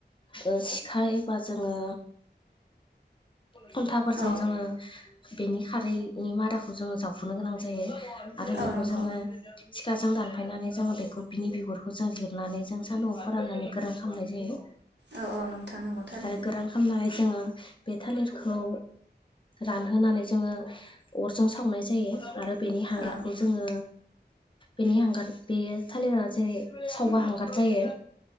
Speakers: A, on the left (about 30°); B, on the right (about 75°).
A: ओ सिखा एबा जोङो खुन्थाफोरजों
B: औ
A: जोङो बेनि खारैनि मादाखौ जोङो जावखुनो गोनां जायो आरो
B: औ
A: बेखौ
B: नंगौ
A: जोङो सिखाजों दानफायनानै जोङो बेखौ बिनि बिगरखौ जों जिरनानै जों सान्दुंआव फोराननानै गोरान खालामनाय जायो
B: औ औ नोंथां नंगौ थारैनो
A: आरो गोरान खालामनानै जोङो बे थालिरखौ रानहोनानै जोङो अरजों सावनाय जायो आरो बेनि हांगारखौ
B: औ
A: जोङो बेनि हांगार बेयो थालिरा जेरै सावबा हांगार जायो।